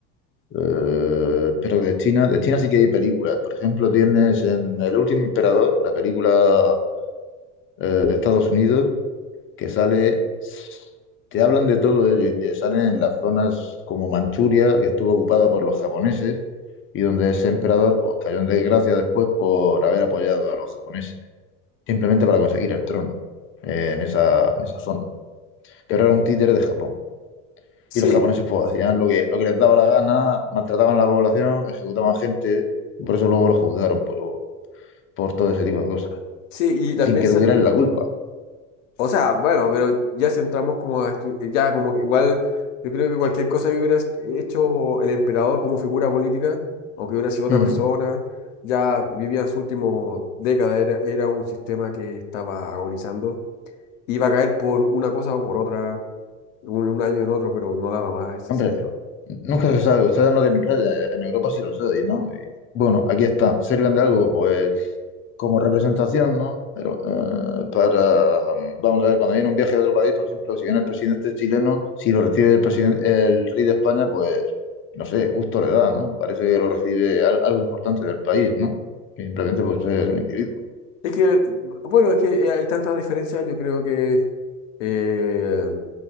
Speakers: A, on the left; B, on the left.
A: Eh, pero de China, de China sí que hay películas. Por ejemplo, tienes en El Último Emperador, la película eh, de Estados Unidos, que sale, te hablan de todo ello y te salen en las zonas como Manchuria, que estuvo ocupada por los japoneses y donde ese emperador pues, cayó en desgracia después por haber apoyado a los japoneses, simplemente para conseguir el trono eh, en esa, en esa zona. Pero
B: Eh,
A: era un títere de Japón.
B: Sí,
A: Y los japoneses pues, hacían lo que, lo que les daba la gana, maltrataban a la población, ejecutaban gente y por eso luego los juzgaron por, por todo ese tipo de cosas,
B: sí, y también
A: sin que
B: sale
A: tuvieran
B: un,
A: la culpa.
B: O sea, bueno, pero ya centramos como a estu- ya como que igual yo creo que cualquier cosa que hubiera hecho el emperador como figura política o que hubiera sido otra
A: Ujú.
B: persona, ya vivía en su último década, era, era un sistema que estaba agonizando, iba a caer por una cosa o por otra, un, un año en otro, pero no daba más ese
A: Hombre,
B: sistema.
A: nunca se sabe. Ustedes no tienen redes. En Europa sí lo sé, y ¿no? Y, bueno, aquí está. Sirven de algo, pues, como representación, ¿no? Pero eh, para, vamos a ver, cuando viene un viaje a otro país, por ejemplo, si viene el presidente chileno, si lo recibe el presidente, el rey de España, pues, no sé, gusto le da, ¿no? Parece que lo recibe al- algo importante del país, ¿no? Que simplemente, pues, es un individuo.
B: Es que, bueno, es que eh, hay tantas diferencias, yo creo que eh,